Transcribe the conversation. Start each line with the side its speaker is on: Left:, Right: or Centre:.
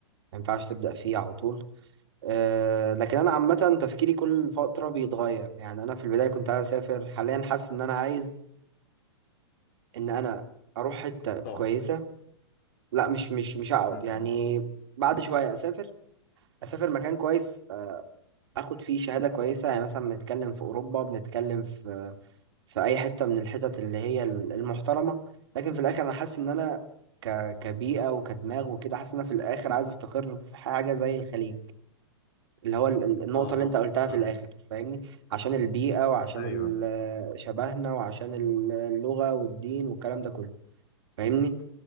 Right: ما ينفعش تبدأ فيه على طول آه، لكن انا عامه تفكيري كل فتره بيتغير يعني انا في البدايه كنت عايز اسافر حاليا حاسس ان انا عايز ان انا اروح حته كويسه
Left: طب
Right: لا مش مش مش هقعد
Left: مهم.
Right: يعني بعد شويه اسافر اسافر مكان كويس آه، اخد فيه شهاده كويسه يعني مثلا بنتكلم في اوروبا بنتكلم في في اي حته من الحتت اللي هي ال- المحترمه لكن في الاخر انا حاسس ان انا ك كبيئه وكدماغ وكده حاسس ان انا في الاخر عايز استقر في حاجه زي الخليج اللي هو ال- ال- النقطة
Left: اها
Right: اللي انت قلتها في
Left: تمام
Right: الآخر فاهمني عشان البيئة وعشان
Left: ايوه
Right: ال- شبهنا وعشان ال- اللغة والدين والكلام ده كله فاهمني